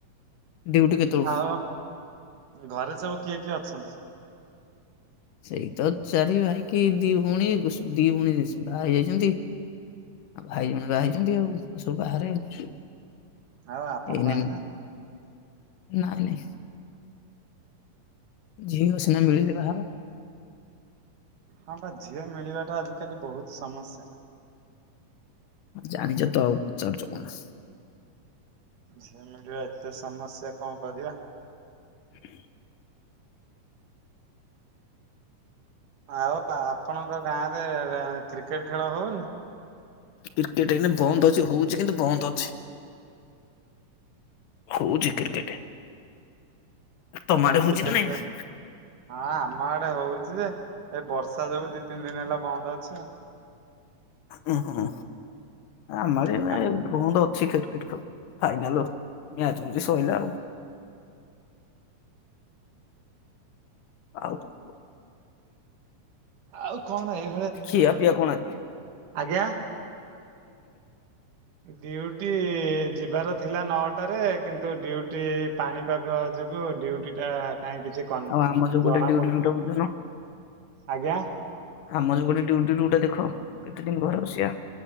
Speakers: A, on the left; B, on the right.
A: ଡ୍ୟୁଟି କେତେବେଳୁ
B: ଆଉ। ଘରେ ସବୁ କିଏ କିଏ ଅଛନ୍ତି?
A: ସେଇ ତ ଚାରି ଭାଇ କି ଦି ଭଉଣୀ, ଦି ଭଉଣୀ ବାହା ହେଇ ଯାଇଛନ୍ତି। ଆଉ ଭାଇ ଜଣେ ବାହାହେଇ ଆଉ ଆଉ ସବୁ ବାହାରେ ଆଉ।
B: ଆଉ ଆପଣ
A: ଏଇନା,
B: ବାହା ହେଇନାହାନ୍ତି?
A: ନାଇଁ ନାଇଁ। ଝିଅ ସିନା ମିଳିଲେ ବାହା ହେବ।
B: ହଁ ବା ଝିଅ ମିଳିବାଟା ଆଜିକାଲି ବହୁତ ସମସ୍ୟା।
A: ଜାଣିଛ ତ ଆଉ ପଚାରୁଚ କଣ?
B: ଝିଅ ମିଳିବା ଏତେ ସମସ୍ୟା କଣ କରିବା?
A: <inaudible>
B: ଆଉ ଆପଣଙ୍କ ଗାଁରେ କ୍ରିକେଟ ଖେଳ ହଉନି।
A: କ୍ରିକେଟ ଏଇନେ ବନ୍ଦ ଅଛି, ହଉଚି କିନ୍ତୁ ବନ୍ଦ ଅଛି। ହଉଛି କ୍ରିକେଟ। ତମଆଡ଼େ
B: ଆପଣ କ୍ରିକେଟ
A: ହଉଛି ନା ନାଇଁ।
B: ଖେଳ ହଁ ଆମ ଆଡେ ହଉଛି ଯେ, ଏ ବର୍ଷା ଯୋଗୁ ଦି ତିନି ଦିନ ହେଲା ବନ୍ଦ ଅଛି ଆଉ।
A: ଉଁ ହୁଁ ଆମର
B: ଆଉ।
A: ଏଇନେ ବନ୍ଦ ଅଛି କ୍ରି କେଟ। ଫାଇନଲ୍ ମ୍ୟାଚ ଆଜି ସଇଲା ଆଉ। ଆଉ। କୁହ
B: ଆଉ କଣ ଏ
A: ଖିଆପିଆ ପିଆ କଣ ଆଜି?
B: ଆଜ୍ଞା। ଡ୍ୟୁଟି ଯିବାର ଥିଲା ନଅଟାରେ କିନ୍ତୁ ଡ୍ୟୁଟି ଏଇ ପାଣିପାଗ ଯୋଗୁ ଡ୍ୟୁଟି ଟା କାହିଁ କିଛି କନ
A: ଆଉ ଆମ ଯୋଉ ଗୋଟେ
B: ଜଣା
A: ଡ୍ୟୁଟି
B: ପଡୁନି
A: ଡ୍ୟୁଟା ବୁଝୁନ।
B: ଆଜ୍ଞା।
A: ଆମର ଗୋଟେ ଡ୍ୟୁଟି ଡ୍ୟୁଟା ଦେଖ କେତେ ଦିନ ଘର ବସିଆ?